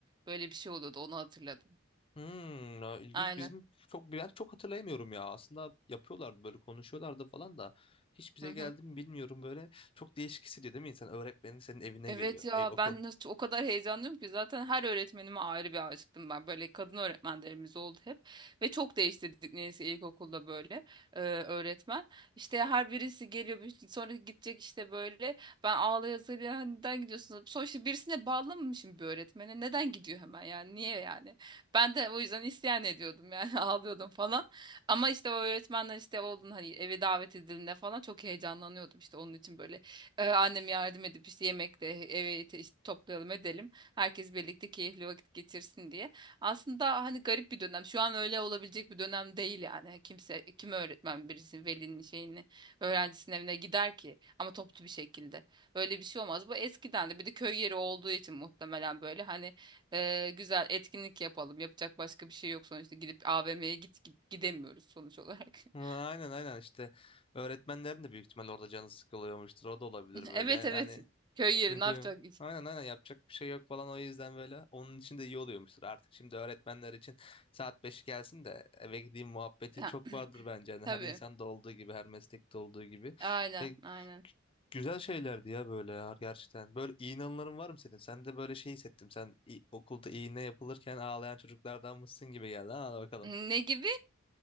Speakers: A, on the right (about 20°); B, on the left (about 30°).
A: Böyle bir şey oluyordu onu hatırladım.
B: Hmm, ya ilginç.
A: Aynen.
B: Bizim çok ben çok hatırlayamıyorum ya. Aslında yapıyorlardı böyle konuşuyorlardı falan da hiç bize
A: Hı hı.
B: geldi mi bilmiyorum böyle. Çok değişik hissediyor değil mi insan? Öğretmenin senin evine
A: Evet
B: geliyor.
A: ya
B: Ey okul.
A: ben nasıl o kadar heyecanlıyım ki zaten her öğretmenime ayrı bir aşıktım ben. Böyle kadın öğretmenlerimiz oldu hep ve çok değiştirdik neyse ilkokulda böyle e, öğretmen. İşte her birisi geliyor bir- şey, sonra gidecek işte böyle ben ağlaya zırlaya hani neden gidiyorsunuz? Sonuçta birisine bağlanmamışım bir öğretmene neden gidiyor hemen yani niye yani? Ben de o yüzden isyan ediyordum yani <laughs> ağlıyordum falan. Ama işte o öğretmenler işte oldun hani eve davet edildiğinde falan çok heyecanlanıyordum işte onun için böyle ee, annem yardım edip işte yemekle evi te- işte toplayalım edelim. Herkes birlikte keyifli vakit geçirsin diye. Aslında hani garip bir dönem. Şu an öyle olabilecek bir dönem değil yani. Hani Kimse kim öğretmen birisinin velinin şeyini öğrencisinin evine gider ki ama toplu bir şekilde. Öyle bir şey olmaz. Bu eskiden de bir de köy yeri olduğu için muhtemelen böyle hani e, güzel etkinlik yapalım. Yapacak başka bir şey yok sonuçta gidip AVM'ye git, git gidemiyoruz sonuç olarak.
B: Ha, Aynen
A: <laughs>
B: aynen işte öğretmenlerin de büyük ihtimalle orada canı sıkılıyormuştur. O da olabilir böyle.
A: Evet
B: Yani
A: evet. Köy yeri
B: Çünkü
A: ne yapacak?
B: aynen aynen yapacak bir şey yok falan o yüzden böyle onun için de iyi oluyormuştur artık. Şimdi öğretmenler için saat 5 gelsin de eve gideyim muhabbeti
A: Ha,
B: çok
A: <clears throat>
B: vardır bence. Yani
A: Tabii.
B: her insanda olduğu gibi her meslekte olduğu gibi.
A: Aynen,
B: Ya, gü-
A: aynen.
B: güzel şeylerdi ya böyle ya gerçekten. Böyle iyi anıların var mı senin? Sen de böyle şey hissettim. Sen i- okulda iğne yapılırken ağlayan çocuklardan mısın gibi geldi. Ha, Hadi bakalım.
A: Ne gibi?